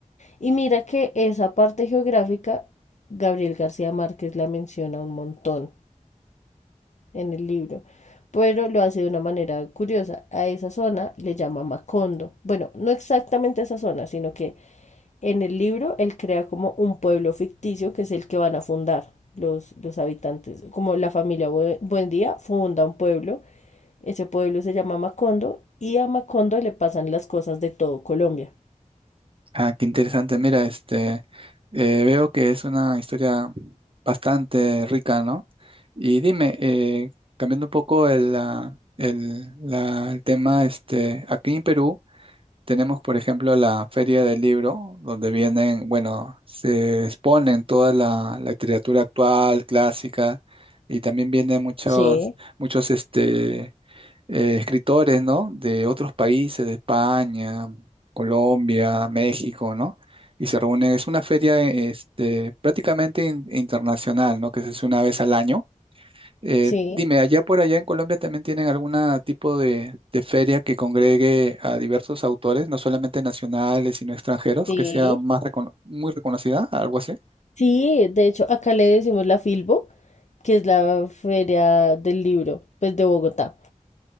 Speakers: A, on the left; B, on the right.
A: Y mira que esa parte geográfica, Gabriel García Márquez la menciona un montón en el libro, pero lo hace de una manera curiosa. A esa zona le llama Macondo. Bueno, no exactamente esa zona, sino que en el libro él crea como un pueblo ficticio que es el que van a fundar los, los habitantes. Como la familia Bue- Buendía funda un pueblo, ese pueblo se llama Macondo y a Macondo le pasan las cosas de todo Colombia.
B: Ah, qué interesante. Mira, este, eh, veo que es una historia bastante rica, ¿no? Y dime, eh, cambiando un poco el, ah, el, la- el tema, este, aquí en Perú. Tenemos, por ejemplo, la Feria del Libro, donde vienen, bueno, se exponen toda la, la literatura actual, clásica, y también vienen muchos,
A: Sí,
B: muchos este, eh, escritores, ¿no? De otros países, de España, Colombia, México, ¿no? Y se reúnen, es una feria, este, prácticamente in- internacional, ¿no? Que se hace una vez al año eh,
A: sí,
B: dime, allá por allá en Colombia también tienen algún tipo de, de feria que congregue a diversos autores, no solamente nacionales, sino extranjeros,
A: sí.
B: que sea más recono- muy reconocida, algo así.
A: Sí, de hecho, acá le decimos la Filbo, que es la Feria del Libro, pues de Bogotá.